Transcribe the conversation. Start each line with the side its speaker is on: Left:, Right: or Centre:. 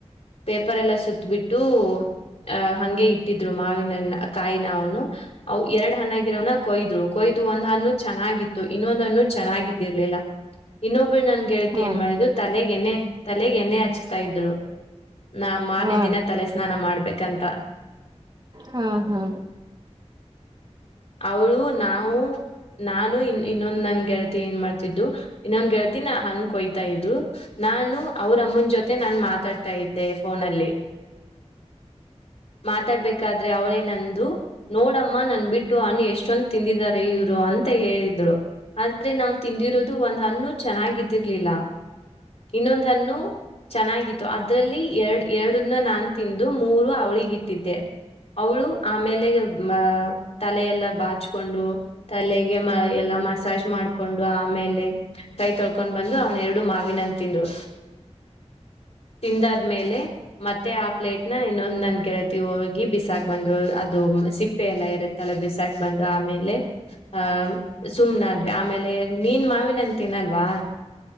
Left: ಪೆ ಪರೆಲ್ಲ ಸುತ್ತ ಬಿಟ್ಟು ಅಹ ಹಗೆ ಇಟ್ಟಿದ್ರು ಮಾವಿನ ಹಣ್ಣನ ಕಾಯಿನ ಅವನು ಅ ಎರಡ್ ಹಣ್ಣಗಿರೋನ ಕೊಯ್ದ್ರು ಕೊಯ್ದು ಒಂದ್ ಹಣ್ಣು ಚೆನ್ನಾಗಿತ್ತು ಇನ್ನೊಂದ್ ಹಣ್ಣು ಚೆನ್ನಾಗಿದ್ದಿರ್ಲಿಲ್ಲ ಇನ್ನೊಬ್ ಬಗೆಳತಿ
Right: ಹಾ
Left: ಏನು ಮಾಡಿತಲೆಗೆ ಎಣ್ಣೆ ತಲೆಗೆ ಎಣ್ಣೆ ಹಚ್ತಾ ಇದ್ಳು ನಾ ಮಾರ್ನೇ
Right: ಹಾ
Left: ದಿನ ತಲೆ ಸ್ನಾನ ಮಾಡ್ಬೇಕು ಕಂತ
Right: ಹಾ -ಹಾ
Left: ಅವಳು ನಾವು ನಾನು ಇ ಇನ್ನೊಂದ್ ನನ್ ಗೆಳತಿ ಏನ್ ಮಾಡ್ತಿದ್ದು ಇನ್ನೊಂದ್ ಗೆಳತಿ ನ ಹನ ಕೊಯ್ತಾ ಇದ್ಲು ನಾನು ಅವ್ರಮ್ಮನ ಜೊತೆ ನಾ ಮಾತ ಆಡ್ತಾ ಇದ್ದೆ ಫೋನಲ್ಲಿ ಮಾತಾಡ್ಬೇಕಾದ್ರೆ ಅವಳೇ ನಂದು ನೋಡಮ್ಮ ನನ್ ಬಿಟ್ಟು ಹಣ್ಣು ಎಷ್ಟೊಂದು ತಿಂದಿದಿದ್ದಾರೆ ಇವ್ರು ಅಂತ ಹೇಳಿದ್ಳರು ಆದ್ರೆ ನಾವು ತಿಂದಿರೋದು ಒಂದ್ ಹಣ್ಣು ಚೆನ್ನಾಗಿದ್ದಿರ್ಲಿಲ್ಲ ಇನ್ನೊಂದ್ ಹಣ್ಣು ಚೆನ್ನಾಗಿತ್ತು ಅದ್ರಲ್ಲಿ ಎರಡು ಎರಡನ್ನ ನಾನು ತಿಂದು ಮೂರು ಅವಳಿಗ ಇಟ್ಟಿದ್ದೆ ಅವಳು ಆಮೇಲೆ ಮ ತಲೆಲ್ಲ ಬಾಚ್ಕೊಂಡು ತಲೆ ಗೇಮ್ ಎಲ್ಲಾ ಮಸಾಜ್ ಮಾಡ್ ಕೊಂಡು ಆಮೇಲೆ ಕೈ ತೊಳ್ಕೊಂಡ್ ಬಂದು ಅವ್ನ ಎರಡು ಮಾವಿನಂತ ತಿಂದ್ರು ತಿಂದ ಆದ್ಮೇಲೆ ಮತ್ತೆ ಆ ಪ್ಲೇಟ್ನ ಇನ್ನೊಂದ್ ನನ್ ಗೆಳತಿ ಹೋಗಿ ಬಿಸಾಕ್ ಬಂದು ಅದು ಸಿಪ್ಪೆ ಎಲ್ಲ ಇರತ್ತಲ್ಲ ಬಿಸಾಕ್ ಬಂದು ಆಮೇಲೆ ಆಹ್ ಸುಮ್ನ ಆದವಿ ಆಮೇಲೆ ಮೀನ್ ಮಾವಿನಂತ ತಿನಲ್ವಾ